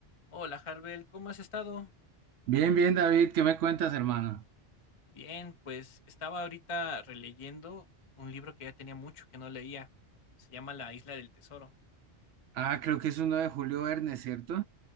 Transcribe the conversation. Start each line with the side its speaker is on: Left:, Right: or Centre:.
Left: Hola, Harbel, ¿cómo has estado?
Right: Bien, bien, David, ¿qué me cuentas, hermano?
Left: Bien, pues estaba ahorita releyendo un libro que ya tenía mucho que no leía. Se llama La Isla del Tesoro.
Right: Ah, creo que es uno de Julio Verne, ¿cierto?